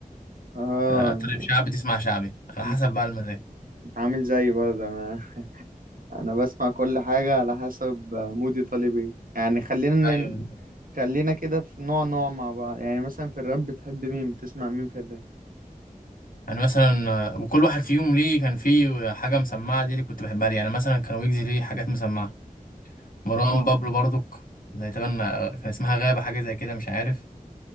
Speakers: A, on the right; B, on the left.
A: اه
B: آه، طالب شعبي تسمع شعبي على
A: انت
B: حسب بقى المزاج
A: انت عامل زيي برضه انا <laughs> انا بسمع كل حاجة على حسب مودي طالب ايه يعني خلينا
B: ايوه
A: ن-
B: بالظبط.
A: خلينا كده في نوع نوع مع بعض يعني مثلا في الراب بتحب مين بتسمع مين في الراب
B: يعني مثلا آه، وكل واحد فيهم ليه كان فيه حاجة مسمعة دي اللي كنت بحبها ليه يعني مثلا كان ويجز ليه حاجات مسمعة مروان بابلو برضك زي تبان آه، كان اسمها غابة حاجة زي كده مش عارف